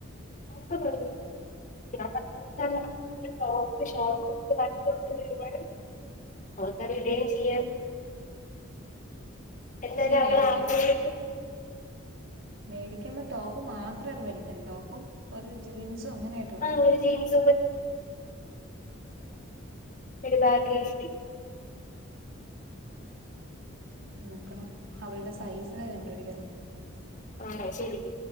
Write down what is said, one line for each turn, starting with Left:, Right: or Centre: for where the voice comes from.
Left: <unintelligible> ടോപ്പ് ഷോക്ക് ഒക്കെ വൺസിക്സിറ്റി രൂപണ്. വർക്ക് രീതിയിൽ ചെയ്യാൻ എന്നാലും
Right: പക്ഷെ മേടിക്കുമ്പോ
Left: എല്ലാം ആകുമ്പോഴേക്കും
Right: മേടിക്കുമ്പോ ടോപ്പ് മാത്രട്ട് മേടിക്കല്ല ടോപ്പും ഒരു ജീൻസും അങ്ങനെ
Left: ആ ജീൻസ <inaudible>
Right: നോക്കണം അവളുടെ സൈസ് കണ്ടുപിടിക്കണം
Left: ആഹ അഹ്ശെരി